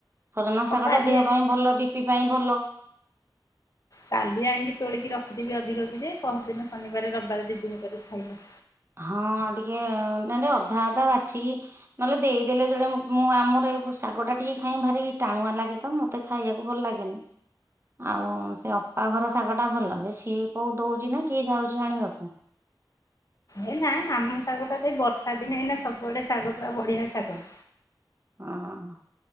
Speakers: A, on the right (about 30°); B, on the left (about 45°).
A: ସଜନା ଶାଗ
B: କାଲି
A: ଟା ଦେହ ପାଇଁ ଭଲ, ବି ପି ପାଇଁ ଭଲ
B: କାଲି ଆଣିକି ତୋଳିକି ରଖିଦେବି ଅଧିକ କି ଯେ ପହରଦିନ ଶନିବାର ରବିବାର ଦି ଦିନ ପରେ କ ଖାଇବ
A: ହଁ ଟିକେ ନାଇ ନାଇ ଅଧା ଅଧା ବାଛିକି ନହେଲେ ଦେଇଦେଲେ ଯୋଡେ ମୁଁ ମୁଁ ଆମର ଖାଇବାକୁ ଶାଗ ଟା ଟିକେ ଖାଇ ଭାରି ଟାଣୁଆ ଲାଗେ ତ ମତେ ଖାଇବାକୁ ଭଲ ଲାଗେନି ଆଉ ସେ ଅପା ଘର ଶାଗଟା ଭଲ ଯେ ସିଏ କୋଉ ଦଉଛି ନା କିଏ ଯାଉଛି ଆଣିବାକୁ <inaudible>
B: ଏ ନାଇଁ ଆମ ଶାଗଟା ଯେ ବର୍ଷା ଦିନେ ଏଇନା ସବୁଆଡେ ଶାଗ ପୁରା ବଢିଆ ଶାଗ
A: ହଁ ହଁ